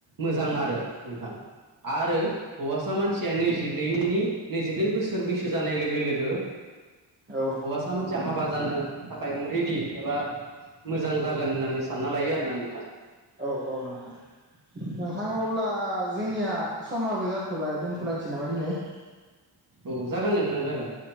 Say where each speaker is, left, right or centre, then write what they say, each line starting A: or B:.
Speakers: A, on the right; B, on the right.
A: मोजां आरो नोंथां आरो हौवासा मानसिया नैजिब्रैनि नैजिब्रै बोसोर बैसो जानाय लोगो लोगो
B: औ
A: हौवासा मानसिया हाबा जानो थाखाय रेडि एबा मोजां जागोन होननानै सानना लायो आरोना नोंथां
B: औ औ नोंथां नोंथां अब्ला जोंनिया समाबो जाथ'बाय दोन्थ'लायनोसै नामा दिनै <inaudible>
A: औ जागोन नोंथां जागोन